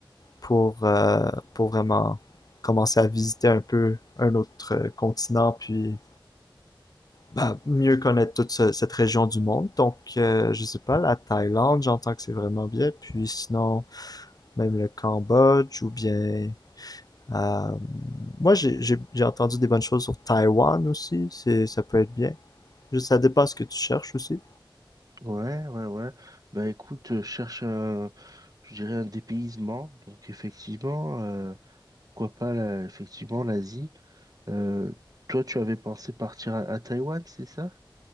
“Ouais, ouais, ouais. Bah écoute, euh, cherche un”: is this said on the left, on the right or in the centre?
Right